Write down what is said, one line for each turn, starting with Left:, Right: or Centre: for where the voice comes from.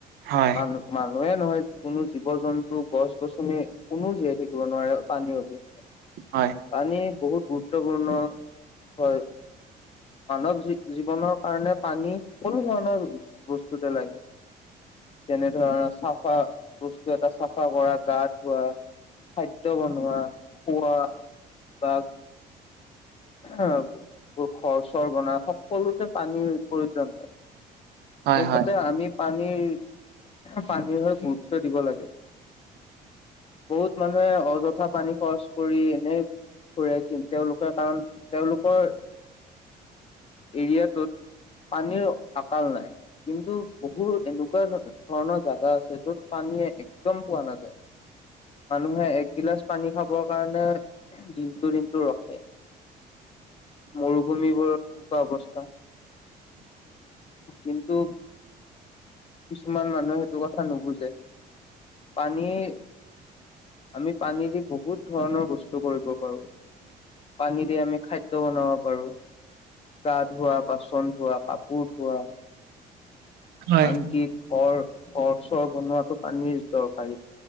Right: হয়
Left: মান মানুহে নহয় কোনো জীৱ জন্তু, গছ গছনি কোনো জীয়াই থাকি ব নোৱাৰে পানি অবিহনে,
Right: হয়
Left: পানী বহুত গুৰুত্বপূৰ্ণ হয়। মানৱ জী -জীৱনৰ কাৰণে পানী সকলো ধৰণৰ বস্তুতে লাগে। যেনে ধৰণৰ চাফা বস্তু এটা চাফা কৰা, গা ধোৱা খাদ্য বনোৱা, খোৱা বা আহ বোৰ ঘৰ চৰ বনা সকলোতে পানীৰ প্ৰয়োজন পায়।
Right: হয়
Left: এইমতে
Right: হয়
Left: আমি পানীৰ পানীৰ হৈ গুৰুত্ব দিব লাগে। বহুত মানুহে অযথা পানী খৰচ কৰি এনে ফুৰে কিম তেওঁলোকে কাৰণ তেওঁলোকৰ এৰিয়াটোত। পানীৰ আকাল নাই কিন্তু বহুত এনেকুৱা ধৰণৰ জাগা আছে য'ত পানীয়ে একদম পোৱা নাযায়। মানুহে এক গিলাচ পানী খাবৰ কাৰণে দিনটো দিনটো ৰখে। মৰুভূমিবোৰৰ এনেকুৱা অৱস্থা। কিন্তু কিছুমান মানুহে সেইটো কথা নুবুজে, পানীৰ আমি পানী দি বহুত ধৰণৰ বস্তু কৰিব পাৰো। পানী দি আমি খাদ্য বনাব পাৰো। গা ধোৱা, বাচন ধোৱা, কাপোৰ ধোৱা
Right: হয়
Left: আনকি ঘৰ ঘৰ চৰ বনোৱাটো পানীৰ দৰকাৰী।